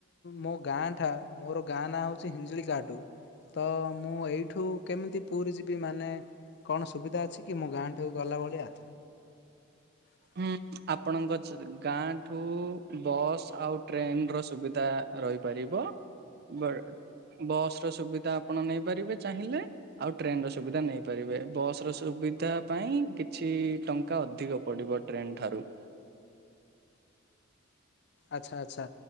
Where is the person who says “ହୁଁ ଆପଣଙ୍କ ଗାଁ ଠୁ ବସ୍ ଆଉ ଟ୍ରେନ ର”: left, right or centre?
Right